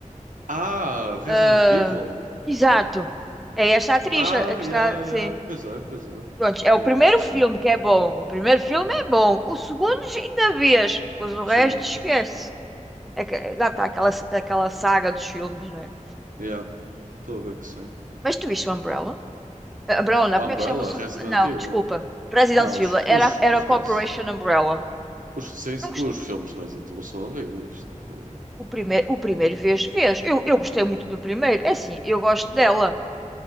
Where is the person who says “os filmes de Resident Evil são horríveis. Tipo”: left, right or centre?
Right